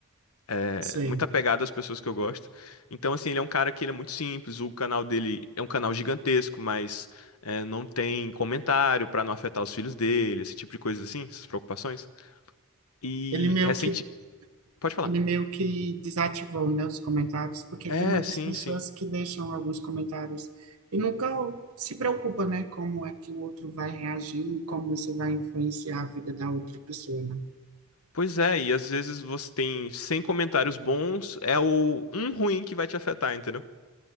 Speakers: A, on the left; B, on the right.
A: é,
B: sei.
A: muito apegado às pessoas que eu gosto. Então, assim, ele é um cara que ele é muito simples. O canal dele é um canal gigantesco, mas é, não tem comentário pra não afetar os filhos dele, esse tipo de coisa assim, essas preocupações. E
B: Ele meio
A: recente.
B: que
A: Pode falar.
B: Ele meio que desativou, né, os comentários, porque
A: É,
B: tem muitas
A: sim,
B: pessoas
A: sim.
B: que deixam alguns comentários e nunca se preocupa, né, como é que o outro vai reagir, como isso vai influenciar a vida da outra pessoa, né?
A: Pois é, e às vezes você tem 100 comentários bons, é o um ruim que vai te afetar, entendeu?